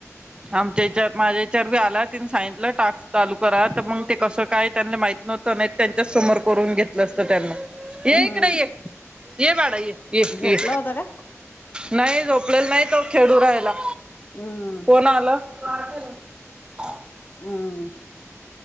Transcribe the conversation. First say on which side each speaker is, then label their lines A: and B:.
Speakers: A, on the right (about 20°); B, on the left (about 35°).
A: आमच्या याच्या, माझ्यायाच्यावर बी आला, तिने सांगितलं टाक. चालू करा, तर मग ते कसं काय? त्यांना माहित नव्हतं, नाहीतर समोर करून घेतलं असतं त्यांना. ये
B: हम्म
A: इकड ये, ये बाळा ये, ये
B: झोपला
A: ये
B: होता का?
A: नाही झो झोपलेला नाही तो, खेळू राहायला.
B: हम्म
A: कोण आलं? <unintelligible>
B: हम्म